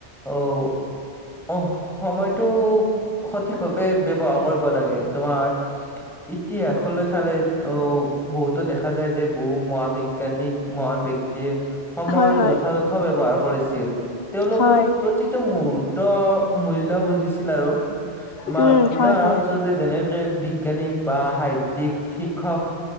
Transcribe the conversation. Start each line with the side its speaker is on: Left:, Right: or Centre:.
Centre: অ' অহ। সময়টো সঠিকভাৱে ব্যৱহাৰ কৰিব লাগে। তোমাৰ ইতিহাসলৈ চালে ত' বহুতো দেখা যায় যে, বহু মহাবিজ্ঞানিক মহান ব্যক্তিয়ে সময়ৰ
Left: হয় হয়
Centre: যথাযথ ব্যৱহাৰ কৰিছ ছিল। তেওঁলোকৰ
Left: হয়
Centre: প্ৰতিটো মুহূৰ্ত মূল্য বুজি আছিল আৰু তোমাৰ
Left: উম
Centre: উদাহৰণস্বৰূপে
Left: হয় হয়।
Centre: যেনে বিজ্ঞানিক বা সাহিত্যিক, শিক্ষক